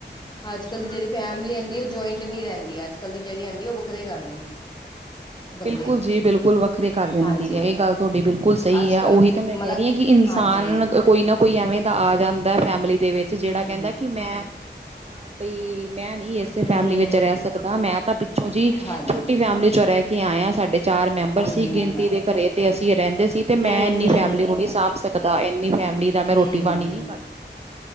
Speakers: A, on the left; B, on the right.
A: ਅੱਜ ਕਲ ਦੀ ਜਿਹੜੀ ਫੈਮਲੀ ਆਂਦੀ ਉਹ ਜੋਇੰਟ ਨੀ ਰਹਿੰਦੀ ਅੱਜ ਕਲ ਦੀ ਜਿਹੜੀ ਆਂਦੀ ਉਹ ਵੱਖਰੇ ਕਰ ਦਿੰਦੀ ਹੈ ਬੰਦੇ
B: ਬਿਲਕੁਲ ਜੀ ਬਿਲਕੁਲ ਵੱਖਰੇ ਕਰ ਦਿੰਦੀ
A: ਹਾਂਜੀ
B: ਹੈ ਇਹ ਗੱਲ ਤੁਹਾਡੀ ਬਿਲਕੁਲ ਸਹੀ
A: ਅੱਜ
B: ਹੈ
A: ਕੱਲ
B: ਉਹੀ ਤਾਂ ਮੈਂ
A: ਮਤਲਬ
B: ਕਹਿ ਰਹੀ ਹਾਂ ਕਿ ਇਨਸਾਨ
A: ਹਾਂਜੀ
B: ਕੋਈ ਨਾ ਕੋਈ ਐਵੇਂ ਦਾ ਆ ਜਾਂਦਾ ਫੈਮਿਲੀ ਦੇ ਵਿੱਚ ਜਿਹੜਾ
A: ਹਮ
B: ਕਹਿੰਦਾ ਕਿ ਮੈਂ ਹਾਂ ਬਈ ਮੈਂ ਨੀ ਇਸੇ
A: ਹਮ
B: ਫੈਮਿਲੀ
A: ਹਮ
B: ਵਿੱਚ ਰਹਿ ਸਕਦਾ ਮੈਂ ਤਾਂ ਪਿੱਛੋਂ ਜੀ
A: ਹਾਂਜੀ
B: ਛੋਟੀ
A: ਹਾਂਜੀ
B: ਫੈਮਿਲੀ ਚੋਂ ਰਹਿ ਕੇ ਆਇ ਸਾਡੇ ਚਾਰ ਮੈਂਬਰ
A: ਹਮ
B: ਸੀ ਗਿਣਤੀ ਦੇ ਘਰੇ ਤੇ ਅਸੀਂ ਰਹਿੰਦੇ ਸੀ ਤੇ
A: ਹਮ
B: ਮੈਂ ਇੰਨੀ
A: ਹਮ
B: ਫੈਮਲੀ
A: ਹਮ
B: ਨੂੰ ਨਹੀਂ ਸਾਂਭ ਸਕਦਾ ਇੰਨੀ ਫੈਮਿਲੀ ਦਾ ਮੈਂ
A: ਹੂੰ
B: ਰੋਟੀ ਪਾਣੀ ਨਹੀਂ ਕਰ ਸਕਦੀ